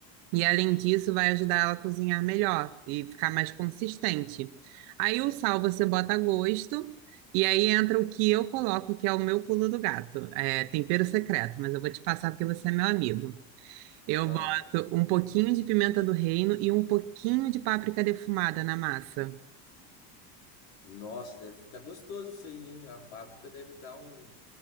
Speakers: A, on the right (about 65°); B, on the left (about 90°).
A: e além disso, vai ajudar ela a cozinhar melhor e ficar mais consistente. Aí o sal você bota a gosto, e aí entra o que eu coloco, que é o meu pulo do gato. É tempero secreto, mas eu vou te passar porque você é meu amigo. Eu
B: Ah.
A: boto um pouquinho de pimenta do reino e um pouquinho de páprica defumada na massa.
B: Nossa, deve ficar gostoso isso aí, hein? A páprica deve dar um,